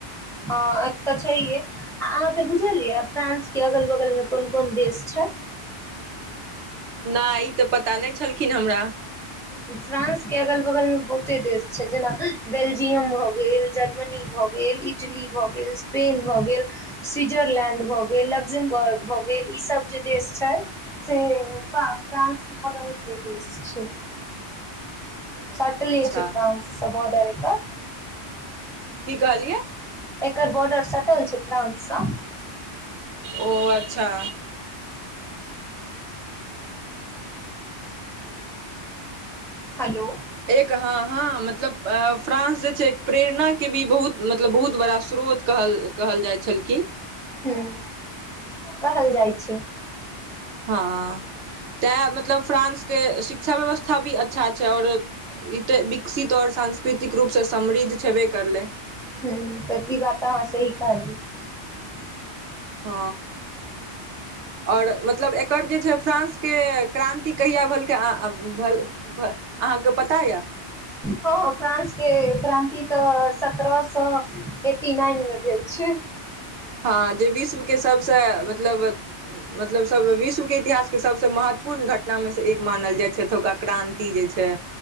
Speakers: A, in the centre; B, on the right (about 85°).
A: हँ एक तऽ छैहे आ अहाँके बुझलियै फ्रांस के अगल बगल मे कोन कोन देश छै ह
B: नहि ई तऽ पता नहि छलखिन हमरा
A: फ्रांस के अगल बगलमे बहुते देश छै जेना बेल्जियम भए गेल जर्मनी भऽ गेल गेल इटली भऽ गेल स्पेन भऽ गेल स्विट्जरलैंड भए गेल लक्जमबर्ग भए गेल ई सब जे देश छै से फ्रान्स अवैद्य देश छै
B: ओ
A: सटले
B: अच्छा
A: छै फ्रान्स बॉर्डर एकर
B: की कहलियै
A: एकर बॉर्डर सटल छै फ्रांससँ
B: ओ अच्छा
A: हेलो
B: एक हँ हँ मतलब फ्रांस जे छै एक प्रेरणा के भी बहुत मतलब बहुत बड़ा श्रोत कहल कहल जाइ छलखिन
A: हं कहल जाइ छै
B: हँ तैं मतलब फ्रानंस के शि क्षा व्यवस्था भी अच्छा छै और विकसित और सांस्कृतिक रूप से समृद्ध छेबे करलै
A: हं तब ई बात अहाँ सही कहलियै
B: हं आओर मतलब एकर जे छै फ्रांसके क्रान्तिक कहिया भलकै भल भल अहाँके पता यऽ
A: हँ फ्रांस के क्रान्ति तऽ सत्ररह सए एटी नाइनमे भेल छै <inaudible>
B: हँ जे विश्वके सभसँ मतलब मतलब सब विश्वके इतिहास सबसँ महत्वपूर्ण घटनामे से एक मानल जाइ छै एतुका क्रान्ति जे छै